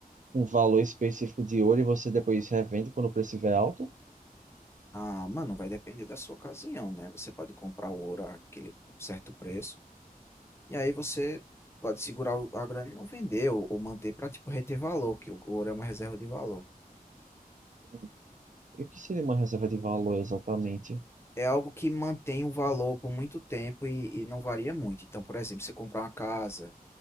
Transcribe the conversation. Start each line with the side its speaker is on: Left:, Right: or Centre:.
Right: um valor específico de ouro e você depois revende quando o preço estiver alto?
Left: Ah, mano, vai depender da sua ocasião, né? Você pode comprar o ouro àquele certo preço, e aí você pode segurar o- a grana e não vender, ou, ou manter pra, tipo, reter valor, que o ouro é uma reserva de valor.
Right: Hum. E o que seria uma reserva de valor exatamente?
Left: é algo que mantém o valor por muito tempo e, e não varia muito. Então, por exemplo, você comprar uma casa,